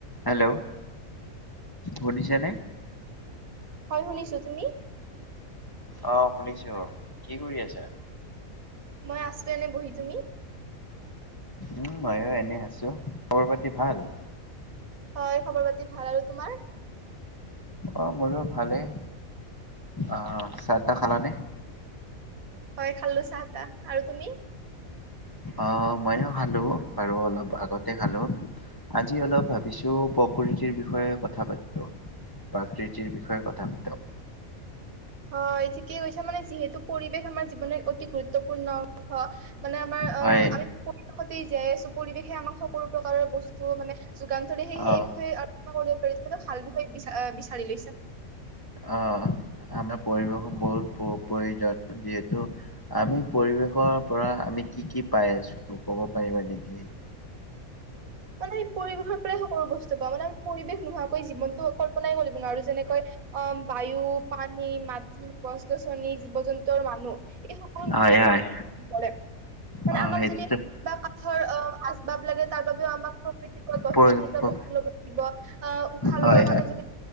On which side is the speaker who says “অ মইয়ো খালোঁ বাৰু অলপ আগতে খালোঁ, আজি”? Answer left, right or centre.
Left